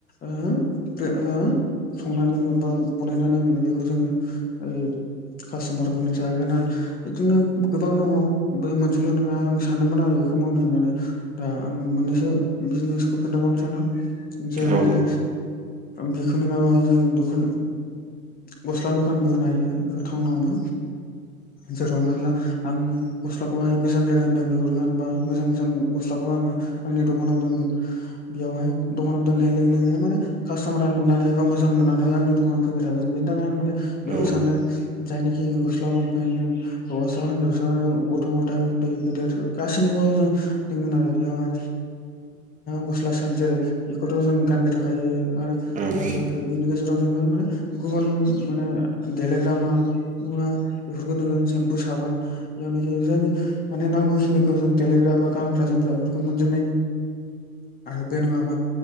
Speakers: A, on the left; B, on the right.
A: ओहो ओहो बे संना दोनगोन बा बानायना दोनगोन बेखौ जोङो औ कास्ट'मारफोरनो जाहैगोन आरो बिदिनो गोबां दङ बे मोनसेल' नङा आं सानदोंमोन आरो बेखौ मावनो होननानै दा आं मोननैसो बिजनेसखौ खोन्थाबावनो सानदों जावनोखि
B: औ
A: बेखौ नङाबो जों दखान गस्ला दखानबो होन हायो टाउनावनो जेराव म ला आं गस्लाखौहाय गोजान जायगा बिहरगोनबा मोजां मोजां गस्लाखौ आङो आंनि दखानाव दोनगोन बेयावहाय दखानाव दोननाय लोगो लोगो माने कास्ट'मारा नुनानै बा मोजां मोननानै आंनि दखानाव फैबाय थागोन बेनि थाखाय आं माने
B: औ
A: बेखौ
B: औ
A: सानदों जायनिखि गस्ला लंपेन्ट जों हौवासा हिनजावसा गथ' गथाय उन्दै <unintelligible> गासैनिबो जों दोनगोन आरो बेवहाय गस्ला साद जेरै बेखौथ' जों गानबाय थाखायो आरो
B: औ
A: आरो बिनि गेजेराव जोङो माने गुबुन माने गेलेग्रा माल नुवा बेफोरखौ नोङो सेम्पो साबोन जेरावनाखि जायनि माने नांगौखिनिखौ जों देलायग्रा बा गानग्रा जोमग्रा बेफोरखौ मोनजोब नायनि आरो बे नङाबा